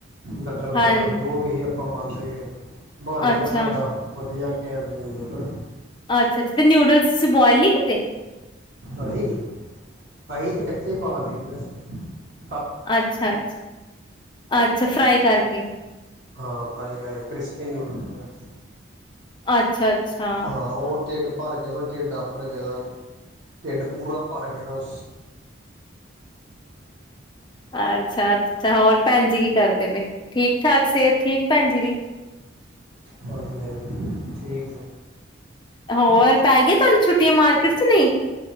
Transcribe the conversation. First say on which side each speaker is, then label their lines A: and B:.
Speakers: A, on the right; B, on the left.
A: ਲਟਰ-
B: ਹਾਂਜੀ,
A: ਪਟਰ ਜੋ ਵੀ ਸੀ। ਆਪਾਂ ਪਾਂਦੇ ਗਏ। ਬਣ
B: ਅੱਛਾ,
A: ਗਿਆ ਸਾਡਾ, ਵਧੀਆ ਵਡ ਤਨੇ ਨੂੰ <unintelligible>
B: ਅੱਛਾ -ਅੱਛਾ ਤੇ ਨਿੂਡਲਸ, ਸੀਂ ਬੋਆਇਲ ਨੀ ਕਿਤੇ।
A: ਰਹੀ। ਪਾਈ ਤੇ ਕੱਚੇ ਹੀ ਪਾ ਦਂਦੇ। ਹ
B: ਅੱਛਾ-ਅੱਛਾ-ਅੱਛਾ ਫਰਾਈ ਕਰਕੇ
A: ਹਾਂ, ਫਰਾਈ ਕਰਕੇ ਕ੍ਰਿਸਪੀ ਨੂਡਲ
B: ਅੱਛਾ, ਅੱਛਾ।
A: ਹਾਂ, ਉਹ ਢਿੱਡ ਭਰ ਗਿਆ। ਹੁਣ ਢਿੱਡ ਭਰ ਗਿਆ। ਢਿੱਡ ਪੂਰਾ ਭਰ ਗ ਹਮ।
B: ਅੱਛਾ, ਅੱਛਾ, ਹੋਰ ਭੈਣ ਜੀ ਕੀ ਕਰਦੇ ਪਏ। ਠੀਕ -ਠਾਕ ਸਿਹਤ ਠੀਕ ਭੈਣ ਜੀ ਦੀ।
A: ਹਾਂਜੀ ਹਾਂਜੀ ਠੀਕ ਜੀ
B: ਹੋਰ ਪੈ ਗਿਆ ਤੁਹਾਨੂੰ ਛੁੱਟੀਆਂ ਮਾਰਕੀਟ ਚ ਨਹੀਂ?